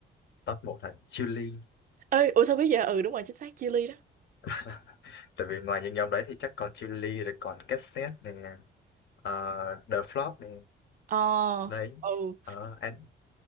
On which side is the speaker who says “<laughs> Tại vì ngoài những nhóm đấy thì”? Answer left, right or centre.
Left